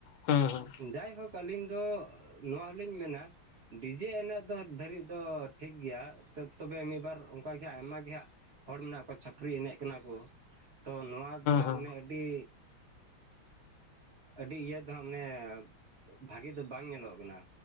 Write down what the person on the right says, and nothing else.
ᱡᱟᱭᱦᱳᱠ ᱟᱹᱞᱤᱧ ᱫᱚ ᱱᱚᱣᱟ ᱦᱚᱞᱤᱧ ᱢᱮᱱᱟ ᱰᱤᱡᱮ ᱮᱱᱮᱡ ᱫᱚ ᱫᱷᱟᱹᱨᱤᱡ ᱫᱚ ᱴᱷᱤᱠ ᱜᱮᱭᱟ ᱛᱟᱵ ᱛᱚᱵᱮ ᱢᱤᱫᱵᱟᱨ ᱚᱱᱠᱟᱜᱮ ᱟᱭᱢᱟ ᱜᱮ ᱦᱟᱸᱜ ᱦᱚᱲ ᱢᱮᱱᱟᱜ ᱠᱚᱣᱟ ᱪᱷᱟᱯᱨᱤ ᱮᱱᱮᱡ ᱠᱟᱱᱟ ᱠᱚ, ᱛᱚ ᱱᱚᱣᱟ ᱫᱚ ᱦᱟᱸᱜ
ᱢᱟᱱᱮ ᱟᱹᱰᱤ ᱟᱹᱰᱤ ᱤᱭᱟᱹ ᱫᱚ ᱦᱟᱸᱜ ᱢᱟᱱᱮ ᱵᱷᱟᱜᱮ ᱫᱚ ᱵᱟᱝ ᱧᱮᱞᱚᱜᱚᱜ ᱠᱟᱱᱟ᱾